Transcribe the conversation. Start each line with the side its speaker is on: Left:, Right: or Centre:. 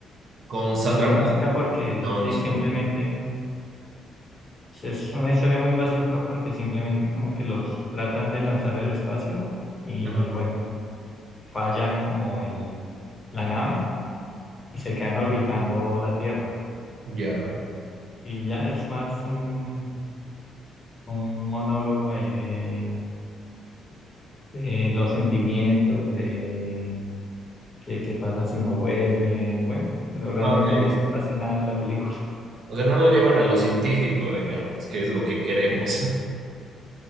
Right: Con Sandra
Left: muy básica
Right: Bullock,
Left: porque
Right: no, no
Left: sí,
Right: es
Left: simplemente
Right: Sandra Bullock.
Left: es es una historia muy básica porque simplemente como que los tratan de lanzar al espacio y
Right: Ajá.
Left: bueno, falla como el, la nave y se quedan orbitando la Tierra.
Right: Ya.
Left: Y ya es más un, un monólogo ahí de, de los sentimientos, de qué, qué pasa si no vuelven, bueno, pero realmente
Right: Ah, Ok.
Left: no es que pase nada en la película.
Right: O sea, no lo llevan a lo científico, digamos, que es lo que queremos. <laughs>